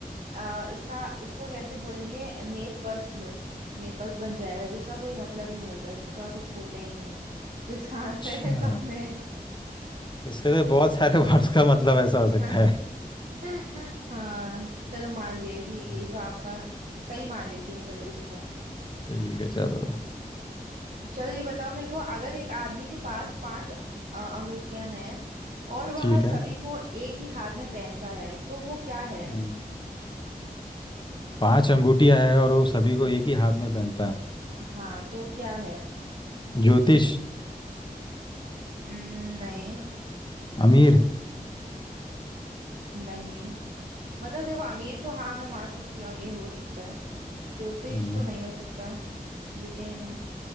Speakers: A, on the right; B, on the left.
A: आ, इसका इसको कैसे बोलेंगे नेपस नेपस बन जाएगा जिसका कोई मतलब ही नहीं होता जिसका कुछ होता ही नहीं है तो इसका आंसर
B: अच्छा
A: है सपने
B: इसके तो बहुत सारे <laughs> वर्ड्स का मतलब
A: <laughs>
B: ऐसा हो सकता है
A: हाँ चलो मान लिया कि
B: हाँ,
A: ये तो आपका सही मान लेती हूँ चलो इसको
B: ठीक है चलो
A: चलो ये बताओ मेरे को अगर एक आदमी के पास पांच अ- अंगूठियां हैं और वह
B: ठीक है
A: सभी को एक ही हाथ में पहनता है तो वो क्या है
B: हम्म, पांच अंगूठियां है और वो सभी को एक ही हाथ में पहनता है
A: हाँ तो क्या है
B: ज्योतिष
A: उम्म, नहीं
B: अमीर
A: नहीं मतलब देखो अमीर तो हाँ मैं मान सकती हूँ अमीर हो सकता है ज्योतिष
B: हम्म,
A: तो नहीं हो सकता लेकिन